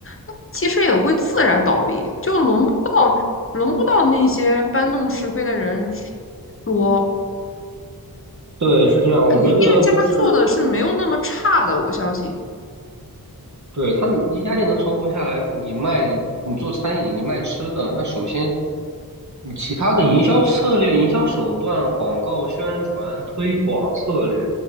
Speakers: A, on the left; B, on the right.
A: 那其实也会自然倒闭，就轮不到轮不到那些搬弄是非的人说，
B: 对，是这样。我觉得就是
A: 肯定店家做的是没有那么差的，我相信。
B: 对，他们一家店能存活下来，你卖，你做餐饮，你卖吃的，那首先你其他的营销策略、营销手段、广告宣传、推广策略，